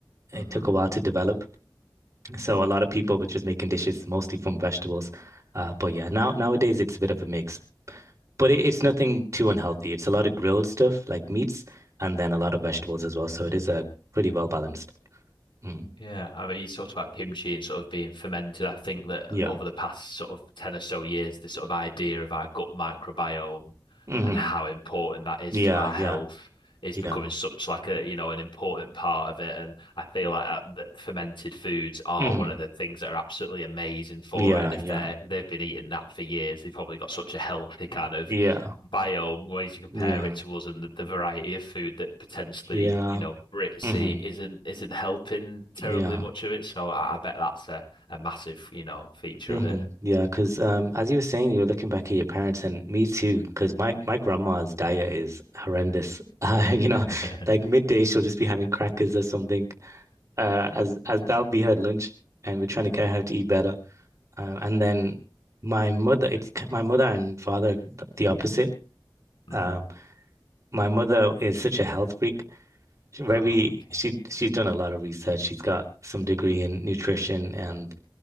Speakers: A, on the right (about 40°); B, on the left (about 85°).
A: It
B: Mm-hmm.
A: took a while to develop. So a lot of people were just making dishes mostly from vegetables. Uh, but yeah, now nowadays it's a bit of a mix. But it, it's nothing too unhealthy. It's a lot of grilled stuff like meats and then a lot of vegetables as well. So it is a pretty well balanced. Mm.
B: Yeah, I mean, you talked about kimchi and sort of being fermented. I think that
A: Yeah.
B: over the past sort of 10 or so years, this sort of idea of our gut microbiome
A: hmm
B: and how important that is
A: Yeah.
B: to our
A: Yeah.
B: health is
A: Yeah.
B: becoming such like a, you know, an important part of it. And I feel like that, that fermented foods are
A: hmm
B: one of the things that are absolutely amazing for
A: Yeah.
B: it. And if
A: Yeah.
B: they're, they've been eating that for years, they've probably got such a healthy kind of
A: Yeah.
B: biome, ways you compare
A: Yeah.
B: it to us, and the, the variety of food that potentially,
A: Yeah.
B: you know, Brits
A: hmm
B: eat isn't isn't helping terribly
A: Yeah.
B: much of it. So I, I bet that's a, a massive, you know, feature
A: hmm
B: of it.
A: Yeah. Because um, as you were saying, you were looking back at your parents and me too, because my, my grandma's diet is horrendous. <laughs> Uh, you know,
B: <laughs>
A: like midday, she'll just be having crackers or something. Uh, as as that'll be her lunch, and we're trying to get her to eat better. Uh, and then my mother, it's k- my mother and father, th- the opposite.
B: hmm
A: Um, my mother is such a health freak. She very,
B: Oh, okay.
A: she she's done a lot of research. She's got some degree in nutrition, and